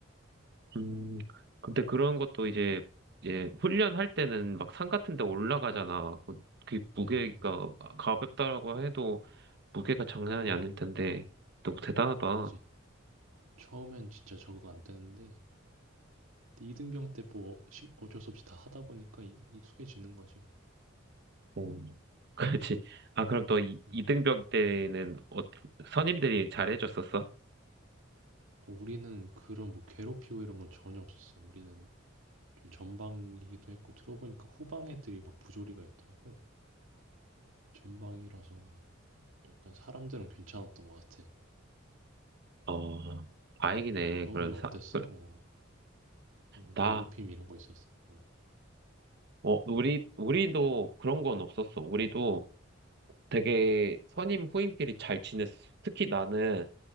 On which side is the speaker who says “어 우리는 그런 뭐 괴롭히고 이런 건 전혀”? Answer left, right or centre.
Right